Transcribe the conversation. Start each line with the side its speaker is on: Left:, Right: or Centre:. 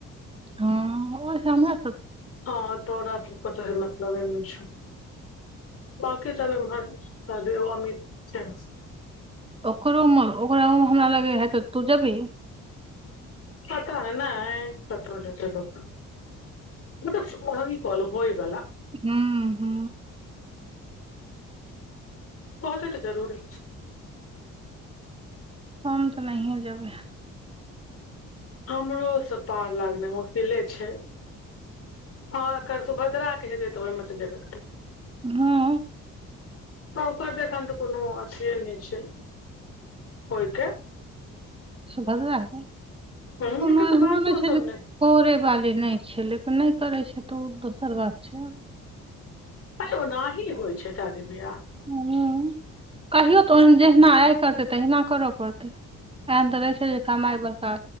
Right: हँ ओय सऽ हमरा सब
Left: हँ तो पत मतलब एमे छ बांकी तब अमहर शयद एगो अमीत छै
Right: ओकरो उमर ओकरा उ हमरा लगै हइ तऽ तू जबही
Left: पता नहि कतय जेत्ते लोक मतलब हम ई कहलू होयबला
Right: हू हू
Left: बहुते तऽ जरूरी
Right: हम त नहिये जेबे
Left: हमरो से पार लगनाइ मुश्किले छै हँ एकर सुभद्राक के हेतै तऽ ओहिमे तऽ जेबे करबाई
Right: हँ
Left: त ओकार देख त कोनो अथि नि छै कोइके
Right: सुभद्रा हेतय
Left: एखन
Right: कोनो
Left: तऽ
Right: एहनो
Left: बातो
Right: नहि छै
Left: सब
Right: कोे वाली नहि छै लेकिन नहि करै छै तऽ ओ दोसर बात छै
Left: ओनाही होइ छै शादी बियाह
Right: ह कहियौ तऽ ओ जहिना आइ करतै तहिना करय पड़तै एहन तऽ रहै छै जे कमाइ बड़का